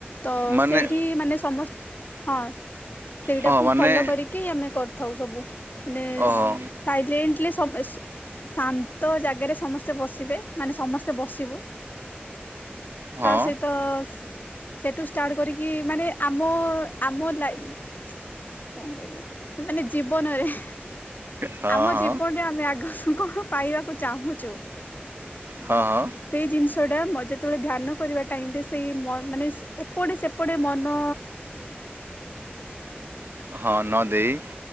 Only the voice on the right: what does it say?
ମାନେ
ହଁ ମାନେ
ଓହୋ
ହଁ
ହଁ
ହଁ
ହଁଅ।
ହଁ, ନ ଦେଇ